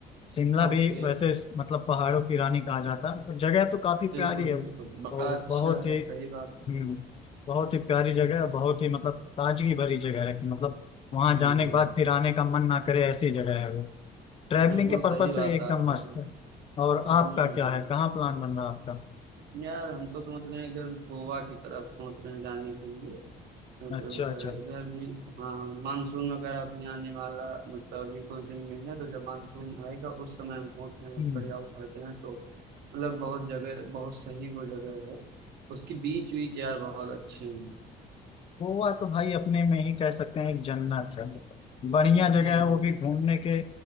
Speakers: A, on the left; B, on the right.
A: शिमला
B: ओके
A: भी वैसे मतलब पहाड़ों की रानी कहा जाता है जगह तो काफी
B: बिल्कुल
A: प्यारी है
B: बिल्कुल बड़ा
A: और
B: अच्छा
A: बहुत
B: है
A: ही
B: सही बात
A: हम्म,
B: है
A: बहुत ही प्यारी जगह है बहुत ही मतलब ताजगी भरी जगह है कि मतलब वहां
B: हम्म
A: जाने के बाद फिर आने का मन ना करे ऐसी जगह है वो ट्रैवलिंग
B: बिल्कुल
A: के पर्पज
B: सही बात
A: से एकदम
B: आप कह
A: मस्त
B: रहे हैं
A: है और आपका
B: हम्म
A: क्या है कहाँ प्लान बन रहा है आपका
B: यार हम तो सोच रहे हैं इधर गोवा की तरफ सोच रहे हैं जाने के लिए तो
A: अच्छा
B: जो
A: अच्छा
B: है, इधर भी हाँ मानसून वगैरह भी आने वाला मतलब अभी कुछ दिन में है तो जब मानसून आएगा उस समय हम सोच रहे हैं
A: हम्म
B: बढ़िया उतरते हैं तो मतलब बहुत जगह बहुत सही वो जगह है उसकी बीच बीच यार बहुत अच्छे हैं
A: गोवा तो भाई अपने में ही कह सकते हैं एक जन्नत है बढ़िया
B: जी
A: जगह है वो
B: जी
A: भी घूमने के